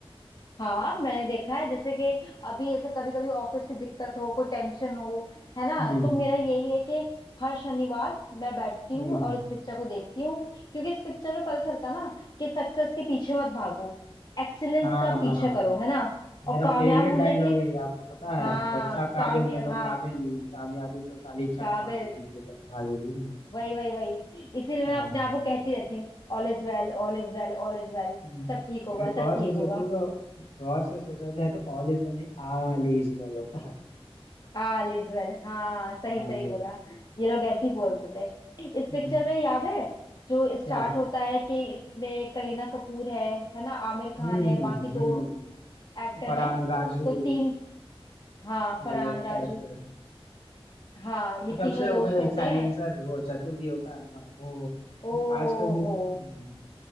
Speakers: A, on the left; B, on the left.
A: हाँ मैंने देखा है जैसे कि अभी ऐसे कभी कभी ऑफिस की दिक्कत हो कोई टेंशन हो है ना
B: हम्म
A: तो मेरा यही है कि हर शनिवार मैं बैठती
B: हम्म
A: हूँ और इस पिक्चर को देखती हूँ क्योंकि इस पिक्चर में पता चलता ना कि सक्सेस के पीछे मत भागो एक्सीलेंस
B: हाँ
A: का पीछे करो है ना
B: मेरा
A: और कामयाब
B: फेवरेट
A: होने
B: डायलॉग
A: के लिए
B: है ये आपको पता है
A: हाँ
B: बच्चा काबिल
A: कामया
B: बनो
A: हाँ
B: काबिल कामयाबी तो साली छक
A: काबिल
B: मार के पीछे जा- भागेगी
A: वही वही वही इसीलिए
B: हाँ
A: मैं अपने आप को कहती रहती हूँ all is well all is well all is well
B: हम्म।
A: सब ठीक होगा
B: अगर
A: सब
B: गौर
A: ठीक
B: से सोचे
A: होगा
B: तो गौर से सोचा जाए तो ऑल इज वेल नहीं ऑल इज वेल होता है
A: हाँ लिज्वेल हाँ सही
B: All
A: सही बोला
B: is
A: ये लोग ऐसे ही बोलते थे इस
B: हम्म
A: पिक्चर में याद है जो स्टार्ट
B: क्या
A: होता है कि इसमें करीना कपूर है है ना आमिर खान
B: हम्म
A: है बाकी दो
B: हम्म
A: एक्टर
B: फरहान
A: है
B: राजू
A: तो तीन हाँ
B: ये
A: फरहान
B: लोग
A: राजू
B: कैरेक्टर
A: हाँ ये
B: और सबसे
A: तीनों दोस्त
B: वो भी
A: होते
B: एक साइलेंसर
A: हैं
B: वो चतुर भी होता है ना वो
A: ओ
B: आजकल भी हम्म,
A: हो